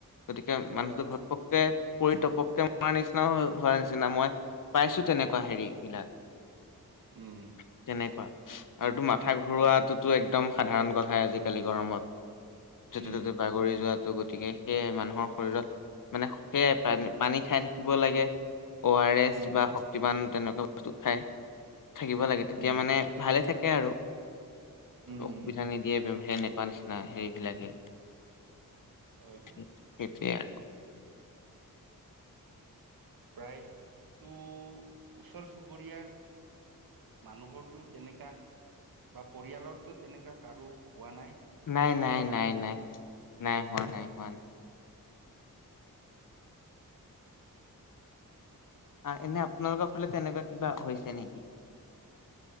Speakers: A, on the left; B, on the right.
A: গতিকে মানুহটোৰ
B: হয়
A: ঘপকে পৰি তপকে হোৱাৰ নিচিনা হো-হোৱাৰ নিচিনা। মই পাইছোঁ তেনেকুৱা হেৰি বিলাক।
B: উম
A: তেনেকুৱা। আৰুতো মাথা ঘূৰোৱাটোতো একদম সাধাৰণ কথাই আজিকালি গৰমত। য'তে
B: উম
A: ত'তে বাগৰি যোৱাটো। গতিকে সেয়ে মানুহৰ শৰীৰত মানে সেয়াই, পানী-পানী খাই থাকিব লাগে। অ আৰ এছ
B: উম
A: বা শক্তিবান তেনেকুৱা বস্তু খাই থাকিব লাগে। তেতিয়া
B: উম
A: মানে ভালে থাকে আৰু।
B: উম
A: অসুবিধা নিদিয়ে। <unintelligible> নাই সেইবিলাকে।
B: হয় দিয়ক
A: সেইটোৱে আৰু।
B: প্ৰায়তো ওচৰ-চুবুৰীয়াৰ মানুহৰটো তেনেকা বা পৰিয়ালৰো তেনেকা কাৰো হোৱা নাই।
A: নাই-নাই-নাই-নাই।
B: ভগৱানৰ কৃপাত
A: নাইহোৱা, নাইহোৱা। আ এনে আপোনালোকৰ ফালে তেনেকুৱা কিবা হৈছে নেকি?